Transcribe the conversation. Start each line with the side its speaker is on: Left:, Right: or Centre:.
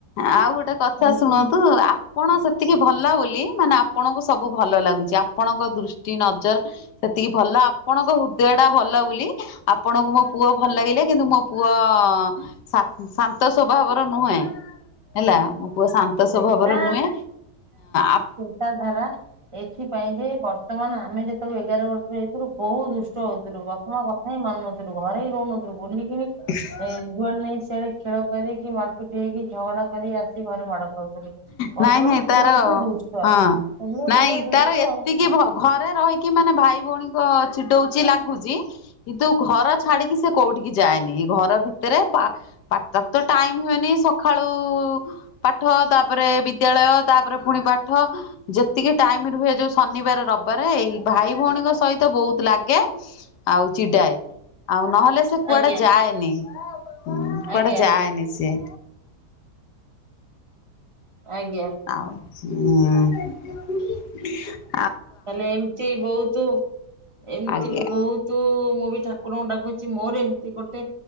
Left: ଆଉ ଗୋଟେ କଥା
Right: ଏମିତି
Left: ଶୁଣନ୍ତୁ ଆପ୍ ଆପଣ ସେତିକି ଭଲ ବୋଲି, ମାନେ ଆପଣଙ୍କୁ ସବୁ ଭଲ ଲାଗୁଚି। ଆପଣଙ୍କ ଦୃଷ୍ଟି ନଜର୍ ସେତିକି ଭଲ, ଆପଣଙ୍କ ହୃଦୟ ଟା ଭଲ ବୋଲି, ଆପଣଙ୍କୁ ମୋ ପୁଅ ଭଲ ଲାଗିଲେ। କିନ୍ତୁ ମୋ ପୁଅ ଶା- ଶାନ୍ତ ସ୍ୱଭାବର ନୁହେଁ। ହେଲା ପୁଅ ଶାନ୍ତ ସ୍ୱାଭାବର
Right: ସେଇଟା
Left: ନୁହେଁ। ଆପ
Right: ତା ଧାରା ଏଥିପାଇଁ ଯେ ବର୍ତ୍ତମାନ ଆମେ ଯେତେବେଳେ ଏଗାର ବର୍ଷ ଏଇଥିରୁ ବୋହୁତ୍ ଦୁଷ୍ଟ ହଉଥିଲୁ ବାପାମା କଥା ହିଁ ମାନୁ ନଥିଲୁ, ଘରେ ହିଁ ରହୁନଥିଲୁ, ବୁଲିକିଣି
Left: ଇସ୍।
Right: ଏ ଯୁଆଡେ ନାଇଁ ସିଆଡେ ଖେଳ କରିକି ମାର୍ ପିଟି ହେଇକି ଝଗଡା କରି ଆସି ଶି ଘରେ ମାଡ ଖାଉଥିଲୁ।
Left: ନାଇଁ
Right: ବର୍ତ୍ତମାନ
Left: ନାଇଁ
Right: ସିଏ
Left: ତାର
Right: ଟିକେ ଦୁଷ୍ଟ।
Left: ହଁ।
Right: ହେଲେ
Left: ନାଇଁ
Right: ହେଲା ଦୁଷ୍ଟ।
Left: ତାର ଏତିକି ଭ ଘରେ ରହିକି ମାନେ ଭାଇ ଭଉଣୀଙ୍କ ଚିଡଉଚି ଲାଗୁଚି କିନ୍ତୁ ଘର ଛାଡିକି ସେ କୋଉଠିକି ଯାଏନି ଘର ଭିତରେ ପା ପାତକ୍ ତ ଟାଇମ୍ ହୁଏନି ସକ୍ ସଖାଳୁ ପାଠ ତାପରେ ବିଦ୍ୟାଳୟ ତାପରେ ପୁଣି ପାଠ ଯେତିକି ଟାଇମ୍ ରୁହେ ଯୋଉ ଶନିବାର ରବିବାର ଏଇ ଭାଇ
Right: ଆଉ।
Left: ଭଉଣୀଙ୍କ ସହିତ ତ ବହୁତ୍ ଲାଗେ। ଆଉ ଚିଡାଏ ଆଉ ନହେଲେ ସେ କୁଆଡେ
Right: ଆଜ୍ଞା
Left: ଯାଏନି। ହୁଁ
Right: ଆଜ୍ଞା
Left: କୁଆଡେ ଯାଏନି ସେ।
Right: ଆଜ୍ଞା।
Left: ଆଉଁ ସେ
Right: ତାହେଲେ ଏମତି ବହୁତୁ ଏମତି
Left: ଆଜ୍ଞା।
Right: ବି ବହୁତ୍ ତୁ ମୁଁ ବି ଠାକୁରଙ୍କୁ ଡାକୁଚି ମୋର ଏମତି ଗୋଟେ